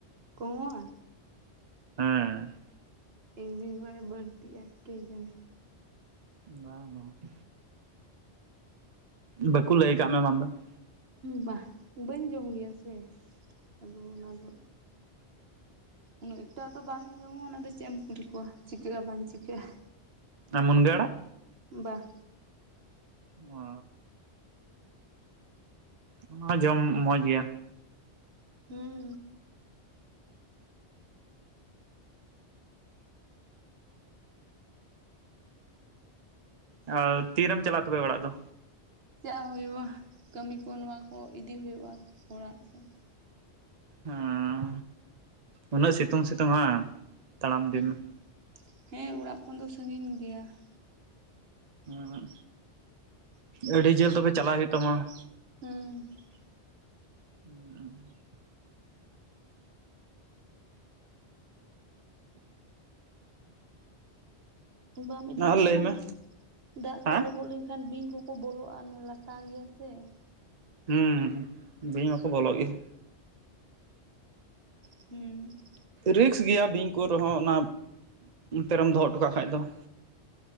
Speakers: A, on the right; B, on the right.
A: ᱠᱚᱢᱚᱜ-ᱟ?
B: ᱦᱮᱸ ᱾
A: ᱤᱧ ᱫᱚᱧ ᱵᱟᱲᱟᱭ ᱵᱟᱹᱲᱛᱤᱜᱼᱟ, ᱠᱮ ᱡᱟᱱᱮ ᱾
B: ᱵᱟᱝ ᱵᱟᱝ ᱾ ᱵᱟᱠᱚ ᱞᱟᱹᱭ ᱠᱟᱜ ᱢᱮ ᱵᱟᱝ ᱫᱚ ᱾
A: ᱵᱟᱦ ᱵᱟᱹᱧ ᱡᱚᱢ ᱜᱮᱭᱟ ᱥᱮ ᱟᱫᱚ ᱚᱱᱟ ᱫᱚ ᱩᱱᱟᱹᱜ ᱮᱠᱴᱟᱜ ᱫᱚ ᱵᱟᱢ ᱡᱚᱢᱟ ᱚᱱᱟ ᱫᱚ ᱪᱮᱫ ᱮᱢ ᱠᱩᱞᱤ ᱠᱚᱣᱟ ᱪᱤᱠᱟᱹᱜᱼᱟ ᱵᱟᱝ ᱪᱤᱠᱟᱹᱜᱼᱟ ᱾
B: ᱟᱨ ᱢᱩᱱᱜᱟᱹ ᱟᱲᱟᱜ?
A: ᱵᱟ ᱾
B: ᱚ ᱾ ᱚᱱᱟ ᱦᱚᱸ ᱡᱚᱢ ᱢᱚᱸᱡᱽ ᱜᱮᱭᱟ ᱾
A: ᱦᱩᱸ ᱾
B: ᱟᱨ ᱛᱤ ᱨᱮᱢ ᱪᱟᱞᱟᱜᱼᱟ ᱛᱚᱵᱮ ᱚᱲᱟᱜ ᱫᱚ?
A: ᱪᱟᱜ ᱦᱩᱭᱩᱜᱼᱟ, ᱠᱟᱹᱢᱤ ᱠᱚ ᱱᱚᱣᱟ ᱠᱚ ᱤᱫᱤ ᱦᱩᱭᱩᱜᱼᱟ ᱚᱲᱟᱜ ᱥᱮᱫ ᱾
B: ᱦᱮᱸ ᱩᱱᱟᱹᱜ ᱥᱤᱛᱩᱝ ᱥᱤᱛᱩᱝ ᱦᱟᱝ ᱛᱟᱲᱟᱢ ᱤᱫᱤ
A: ᱦᱩᱸ
B: ᱢᱮ ᱾
A: ᱦᱮᱸ, ᱚᱲᱟᱜ ᱠᱷᱚᱱ ᱫᱚ ᱥᱟᱺᱜᱤᱧ ᱜᱮᱭᱟ ᱾
B: ᱦᱩᱸ, ᱟᱹᱰᱤ ᱡᱷᱟᱹᱞ ᱛᱚᱵᱮ ᱪᱟᱞᱟᱜ ᱦᱩᱭᱩᱜ ᱛᱟᱢᱟ ᱾
A: ᱦᱩᱸ ᱾
B: ᱩᱸᱻ᱾
A: ᱵᱟᱢ ᱤᱫᱤ
B: ᱟᱨ
A: ᱠᱟᱜ
B: ᱞᱟᱹᱭ
A: ᱠᱷᱟᱱ,
B: ᱢᱮ
A: ᱫᱟᱜ
B: ᱦᱮᱸ
A: ᱛᱮ ᱞᱚᱦᱚᱫ ᱞᱮ ᱮᱱᱠᱷᱟᱱ ᱵᱤᱧ ᱠᱚᱠᱚ ᱵᱚᱞᱚᱜᱼᱟ, ᱞᱟᱴᱟ ᱜᱮᱭᱟ ᱥᱮ ᱾
B: ᱦᱩᱸᱻ, ᱵᱤᱧ ᱢᱟᱠᱚ ᱵᱚᱞᱚᱜ ᱜᱮ ᱾
A: ᱦᱩᱸ ᱾
B: ᱨᱤᱠᱥ ᱜᱮᱭᱟ ᱵᱤᱧ ᱠᱚ ᱨᱮᱦᱚᱸ, ᱚᱱᱟ ᱚᱱᱛᱮ ᱨᱮᱢ ᱫᱚᱦᱚ ᱦᱚᱴᱚ ᱠᱟᱜ ᱠᱷᱟᱡ ᱫᱚ ᱾